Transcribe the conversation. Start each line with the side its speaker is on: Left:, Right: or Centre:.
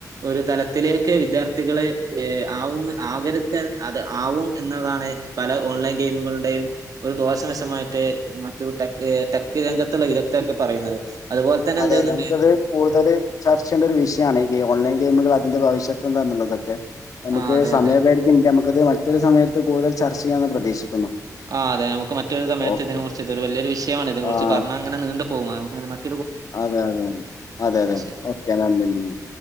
Right: ഒരു തലത്തിലേക്ക് വിദ്യാർത്ഥികളെ ഏ ആവുന്ന ആകരുത് അത് ആവും എന്നതാണ് പല ഓൺലൈൻ ഗെയിമുകളുടെയും ഒരു ദോഷവശമായിട്ട് മറ്റു ടെക്ക് ടെക്ക് രംഗത്തുള്ള വിദഗ്ധർക്കെ പറയുന്നത് അതുപോലെ തന്നെ
Left: അതെ
Right: എന്ത് ചെയ്യുന്നുണ്ട്
Left: അതെ നമുക്കത് കൂടുതൽ ചർച്ച ചെയ്യേണ്ട ഒരു വിഷയാണ് ഈ ഓൺലൈൻ ഗെയിമുകൾ അതിന്റെ ഭവിഷ്യത്ത് എന്താന്നുള്ളതൊക്കെ നമുക്ക്
Right: ആ അതെ
Left: സമയപരിധിണ്ട്
Right: അതെ
Left: നമുക്കത് മറ്റൊരു സമയത്ത് കൂടുതൽ ചർച്ച ചെയ്യാന്ന് പ്രതീക്ഷിക്കുന്നു
Right: ആഹ് അതെ നമുക്ക് മറ്റൊര് സമയത്ത്
Left: ഓക്കെ
Right: ഇതിന
Left: ഓക്കെ
Right: കുറിച്ച്തൊരു വലിയരു വിശയമാണ് ഇതിനെ കുറിച്ച്
Left: ആഹ്
Right: പറഞ്ഞങ്ങനീണ്ട് പോവും മ
Left: അതെ അതെ അതെ അതെ അതെ
Right: ശരി
Left: ഓക്കെ നന്ദി യുണ്ട്